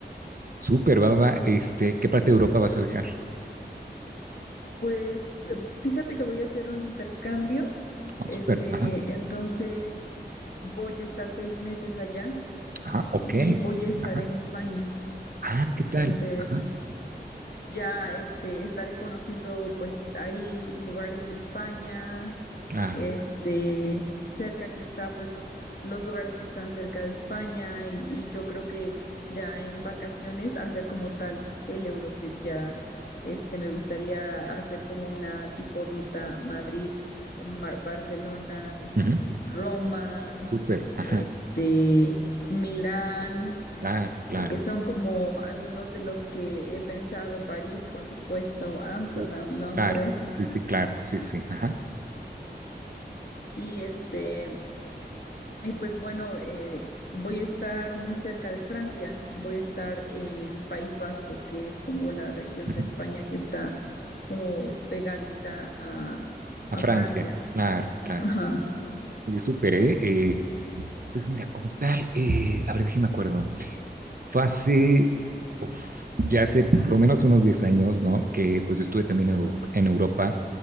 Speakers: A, on the right; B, on the left.
A: súper, va, va, este, ¿qué parte de Europa vas a viajar?
B: Pues eh, fíjate que voy a hacer un intercambio,
A: Oh,
B: este,
A: súper, ajá,
B: entonces voy a estar seis meses allá
A: ajá, ok,
B: y voy a estar
A: ajá,
B: en España.
A: ah,
B: Entonces
A: ¿qué tal? Ajá,
B: ya, este, estaré conociendo pues ahí lugares de España,
A: claro,
B: este, cerca que está, pues, los lugares que están cerca de España y, y yo creo que ya en vacaciones hacer como tal el Eurotrip, ya, este, me gustaría hacer como una tipo ruta Madrid, Mar- Barcelona,
A: Ujú.
B: Roma,
A: súper, ajá,
B: este, Milán.
A: claro, claro,
B: eh, son como algunos de los que he pensado, París, por supuesto, Ámsterdam,
A: uf,
B: Londres,
A: claro, sí, sí, claro, sí, sí, ajá.
B: y este, Y pues bueno, eh, voy a estar muy cerca de Francia, voy a estar en País Vasco, que es como la región
A: ujú.
B: de España que está como pegadita a,
A: A
B: a
A: Francia,
B: Francia.
A: claro, claro.
B: Ajá.
A: Yo superé, eh, pues mira, como tal, eh, a ver, déjame acuerdo. Fue hace, uf, ya hace por lo menos unos 10 años, ¿no? Que pues yo estuve también en Europa, en Europa.